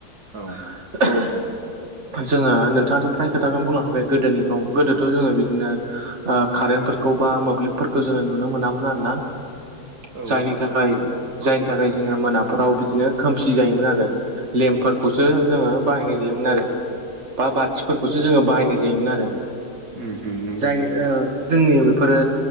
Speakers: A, on the right (about 70°); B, on the right (about 45°).
A: औ
B: <inaudible> जोङो नोंथाङाथ' फ्राय खोथाखौनो बुंलांखाबाय गोदोनिखौ गोदोथ' जोङो बिदिनो ओ कारेन्टफोरखौ बा मोब्लिबफोरखौ जोङो नुनो मोनामोन आरो ना
A: औ
B: जायनि थाखाय जायनि थाखाय जोङो मोनाफोराव बिदिनो खोमसि जायोमोन आरो लेम्पफोरखौसो जोङो बाहायनाय जायोमोन आरो बा बाथिफोरखौसो जोङो बाहायनाय जायोमोन आरो
A: उम उम नंगौ
B: जाय ओ जोंनि बेफोरो